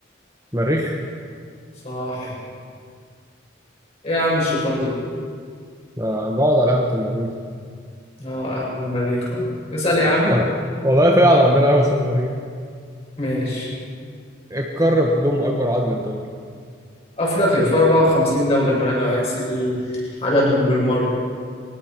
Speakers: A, on the right; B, on the left.
A: مريخ
B: صح إيه يا عم الشطارة دي
A: آه بقعد على قهوه المريخ
B: اه أهبد المريخ أهو اسأل يا عم
A: <laughs> والله فعلا عندنا قهوه اسمها مريخ
B: ماشي
A: القارة بتضم أكبر عدد من الدول
B: أفريقيا في 54 دولة كمان لو عايز ال- عددهم بالمرة